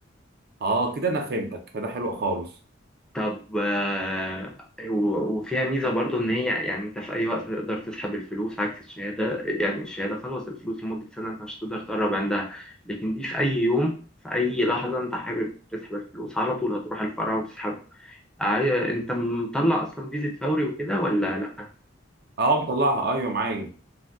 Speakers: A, on the right (about 55°); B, in the centre.
A: اه كده أنا فهمتك فده حلو خالص
B: طب آه، و- وفيها ميزة برضو إن هي يعني أنت في أي وقت تقدر تسحب الفلوس عكس الشهادة يعني الشهادة خلاص الفلوس لمدة سنة أنت مش هتقدر تقرب عندها لكن دي في أي يوم في أي لحظة أنت حابب تسحب الفلوس على طول هتروح الفرع وتسحب عاي- أنت مطلع أصلا فيزا فوري وكده ولا لأ؟
A: اه مطلعها أيوه معايا